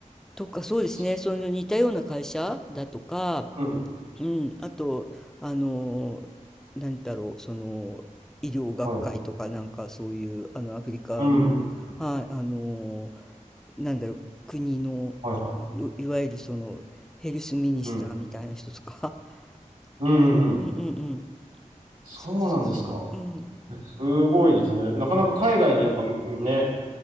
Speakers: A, in the centre; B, on the right.
A: とか、そうですね。
B: そ
A: その似たような会社だとか、
B: うん。
A: うん、あと、あの、なんだろう、その、医療学会とか、
B: はい。
A: なんかそういう、あの、アフリカの、
B: うんうん。
A: はい、あの、なんだろう、国の、
B: はいは
A: いいわゆるその、ヘルスミニスターみたいな人とか、
B: い。うん。
A: <laughs>
B: うんうんうん。
A: うんうんうん。
B: そうなんですか。
A: そうそうそう。うん。
B: すごいですね。なかなか海外にやっぱね、